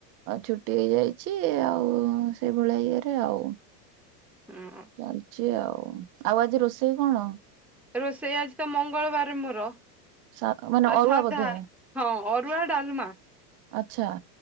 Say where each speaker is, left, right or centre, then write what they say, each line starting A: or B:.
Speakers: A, on the right; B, in the centre.
A: ଛୁଟି ହେଇଯାଇଛି ଆଉ ସେଇଭଳିଆ ଇଏରେ ଆଉ।
B: ହୁଁ।
A: ଚାଲିଛି ଆଉ ଆଉ ଆଜି ରୋଷେଇ କଣ?
B: ରୋଷେଇ ଆଜି ତ ମଙ୍ଗଳବାର ମୋର
A: ସା ମାନେ
B: ଆ
A: ଅରୁଆ
B: ସାଧା
A: ବୋଧେ
B: ହଁ ଅରୁଆ ଡାଲମା।
A: ଆଚ୍ଛା।